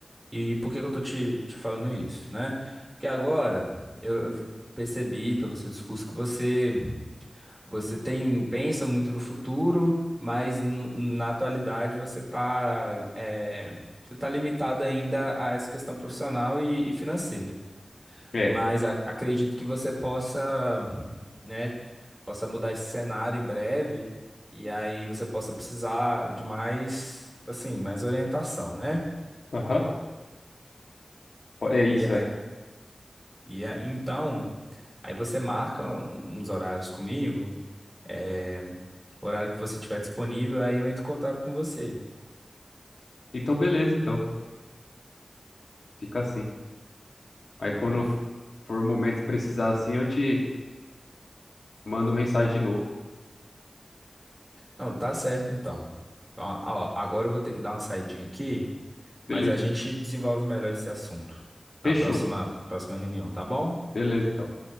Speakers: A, on the right (about 20°); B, on the left (about 85°).
A: E por que que eu tô te, te falando isso, né? Porque agora eu, eu vi- percebi pelo seu discurso que você você tem pensa muito no futuro, mas no- na atualidade você tá é, você tá limitado ainda a essa questão profissional e e financeira.
B: É.
A: Mas a- acredito que você possa, né, possa mudar esse cenário em breve e aí você possa precisar de mais, assim, mais orientação, né?
B: Aham. Po- É isso,
A: E aí,
B: é.
A: e a- então, aí você marca um- uns horários comigo, é, o horário que você tiver disponível, aí eu entro em contato com você.
B: Então, beleza, então. Fica assim. Aí quando
A: Não,
B: f- for o momento de precisar assim, eu te mando mensagem de novo.
A: não, tá certo então. Ó, ó, agora eu vou ter que dar uma saidinha aqui, mas
B: Beleza.
A: a gente desenvolve melhor esse assunto
B: Fechou.
A: na próxima, próxima reunião, tá bom?
B: Beleza, então.